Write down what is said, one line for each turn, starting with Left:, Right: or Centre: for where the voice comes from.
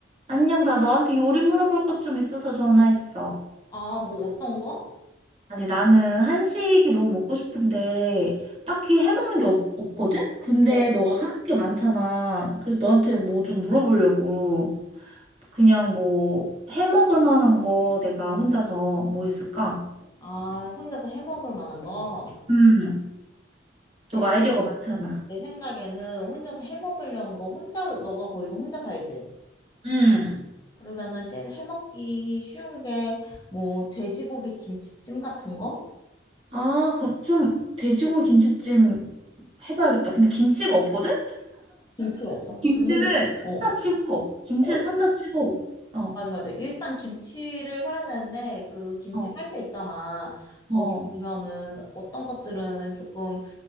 Right: 안녕, 나 너한테 요리 물어볼 것 좀 있어서 전화했어.
Left: 아, 뭐 어떤 거?
Right: 아니, 나는 한식이 너무 먹고 싶은데, 딱히 해먹는 게 없, 없거든? 근데
Left: 어,
Right: 너가 하는 게 많잖아. 그래서 너한테 뭐 좀 물어보려고. 그냥 뭐, 해먹을 만한 거 내가 혼자서 뭐 있을까?
Left: 아, 혼자서 해 먹을 만한 거?
Right: 음,
Left: 내,
Right: 너가 아이디어가 많잖아.
Left: 내 생각에는 혼자서 해 먹으려는 거, 혼자, 너가 거기서 혼자 살지?
Right: 음.
Left: 그러면은 제일 해 먹기 쉬운 게, 뭐, 돼지고기 김치찜 같은 거?
Right: 아, 그럼 좀 돼지고기 김치찜 해봐야겠다. 근데 김치가 없거든?
Left: 김치가 없어.
Right: 김치는
Left: 그러면,
Right: 산다
Left: 어,
Right: 치고, 김치는
Left: 어,
Right: 산다 치고, 어.
Left: 맞아, 맞아. 일단 김치를 사야 되는데, 그 김치
Right: 어.
Left: 살 때 있잖아. 거기
Right: 어,
Left: 보면은 어떤 것들은 조금,